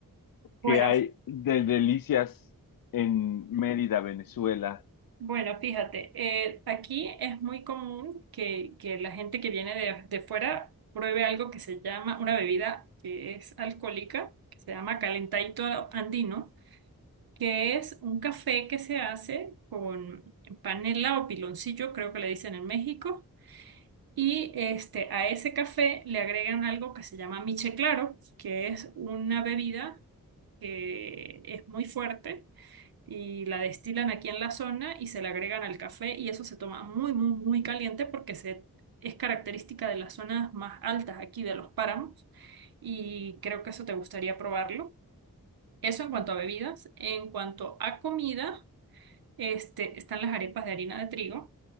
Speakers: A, on the right; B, on the left.
A: Bueno,
B: qué hay de delicias en Mérida, Venezuela.
A: Bueno, fíjate, eh, aquí es muy común que, que la gente que viene de, de fuera pruebe algo que se llama, una bebida que es alcohólica, que se llama calentadito andino, que es un café que se hace con panela o piloncillo, creo que le dicen en México, y este, a ese café le agregan algo que se llama miche claro, que es una bebida que es muy fuerte y la destilan aquí en la zona y se la agregan al café y eso se toma muy, muy, muy caliente porque se, es característica de las zonas más altas aquí de los páramos y creo que eso te gustaría probarlo. Eso en cuanto a bebidas. En cuanto a comida, este, están las arepas de harina de trigo.